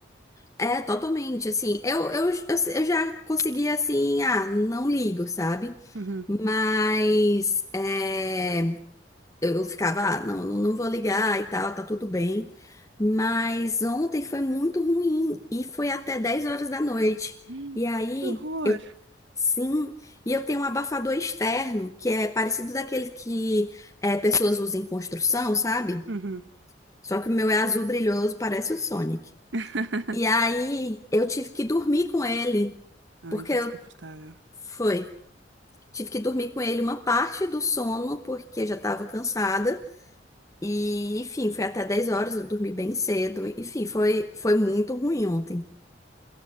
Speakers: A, on the left; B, on the right.
A: É, totalmente, assim, eu, eu, eu, eu já consegui, assim, ah, não ligo, sabe?
B: Uhum.
A: Mas é, eu eu ficava, ah, não, não não vou ligar e tal, tá tudo bem. Mas ontem foi muito ruim e foi até 10 horas da noite.
B: Ih,
A: E aí,
B: Que horror!
A: eu, sim, e eu tenho um abafador externo, que é parecido daquele que é, pessoas usam em construção, sabe?
B: Uhum.
A: Só que o meu é azul brilhoso, parece o Sonic.
B: <laughs>
A: E aí, eu tive que dormir com ele.
B: Ai,
A: Porque
B: que
A: eu-
B: desconfortável.
A: foi. Tive que dormir com ele uma parte do sono, porque já estava cansada. E, enfim, foi até 10 horas, eu dormi bem cedo. Enfim, foi, foi muito ruim ontem.